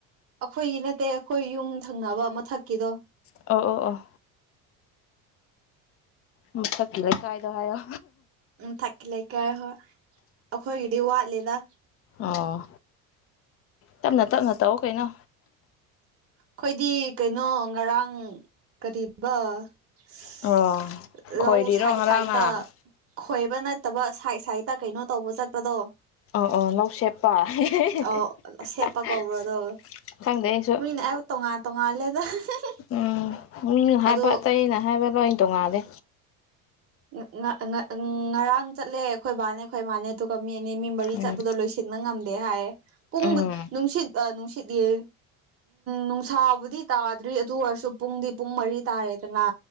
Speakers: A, on the right (about 35°); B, on the left (about 35°).
A: ꯑꯈꯣꯏꯒꯤ ꯅꯠꯇꯦ ꯑꯈꯣꯏ ꯌꯨꯝ ꯊꯪꯅꯕ ꯃꯊꯛꯀꯤꯗꯣ
B: ꯑꯣ ꯑꯣ ꯑꯣ ꯃꯊꯛꯀꯤ ꯂꯩꯀꯥꯏꯗꯣ ꯍꯥꯏꯌꯣ
A: ꯃꯊꯛꯀꯤ ꯂꯩꯀꯥꯏ ꯍꯣꯏ ꯑꯈꯣꯏꯒꯤꯗꯤ ꯋꯥꯠꯂꯤꯗ
B: ꯑꯣ ꯇꯞꯅ ꯇꯞꯅ ꯇꯧꯋꯣ ꯀꯩꯅꯣ
A: ꯑꯈꯣꯏꯗꯤ ꯀꯩꯅꯣ ꯉꯔꯥꯡ ꯀꯔꯤꯕ <unintelligible>
B: ꯑꯣ ꯈꯣꯏꯔꯤꯔꯣ
A: ꯂꯧ ꯁꯥꯏꯠ
B: ꯉꯔꯥꯡꯅ
A: ꯁꯥꯏꯠꯇ ꯈꯣꯏꯕ ꯅꯠꯇꯕ ꯁꯥꯏꯠ ꯁꯥꯏꯠꯇ ꯀꯩꯅꯣ ꯇꯧꯕ ꯆꯠꯄꯗꯣ
B: ꯑꯧ ꯑꯧ ꯂꯧ ꯁꯦꯞꯄ <unintelligible>
A: ꯑꯧ ꯁꯦꯠꯄ ꯀꯧꯕ꯭ꯔꯗꯣ
B: ꯈꯪꯗꯦ ꯑꯩꯁꯨ
A: ꯃꯤꯅ ꯑꯩꯕꯨ ꯇꯣꯉꯥꯟ ꯇꯣꯉꯥꯜꯂꯦꯗ <unintelligible>
B: ꯎꯝ ꯃꯤꯅ ꯍꯥꯏꯕ
A: ꯑꯗꯨ
B: ꯑꯇꯩꯅ ꯍꯥꯏꯕ ꯂꯣꯏ ꯇꯣꯡꯉꯥꯜꯂꯦ
A: ꯉ ꯉ ꯉ ꯉꯔꯥꯡ ꯆꯠꯂꯦ ꯑꯩꯈꯣꯏ ꯕꯥꯅꯦ ꯑꯩꯈꯣꯏ ꯃꯥꯅꯦ ꯑꯗꯨ ꯃꯤ ꯑꯅꯤ ꯃꯤ ꯃꯔꯤ
B: ꯎꯝ
A: ꯆꯠꯄꯗꯣ ꯂꯣꯏꯁꯤꯟꯕ ꯉꯝꯗꯦ ꯍꯥꯏꯌꯦ ꯄꯨꯡꯕꯨ
B: ꯎꯝ
A: ꯅꯨꯡꯁꯤꯠ ꯑ ꯅꯨꯡꯁꯤꯠꯌꯦ ꯅꯨꯡ ꯁꯥꯕꯨꯗꯤ ꯇꯥꯗ꯭ꯔꯤ ꯑꯗꯨ ꯑꯣꯏꯔꯁꯨ ꯄꯨꯡꯗꯤ ꯄꯨꯡ ꯃꯔꯤ ꯇꯥꯔꯦꯗꯅ